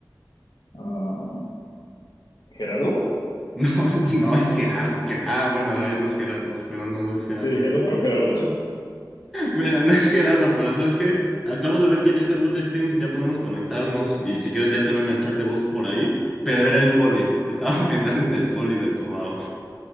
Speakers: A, on the left (about 75°); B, in the centre.
A: Ah, ¿Gerardo?
B: No, no es Gerardo, que, ah, bueno, hay dos Gerardos, pero no, no es Gerardo.
A: Sí, el otro Gerardo.
B: Mira, no es Gerardo, pero ¿sabes qué? Acabo de ver que ya cargó el Steam, ya podemos conectarnos y si quieres ya te ven el chat de voz por ahí, pero era el poli, <laughs> estaba pensando en el poli del Cobao.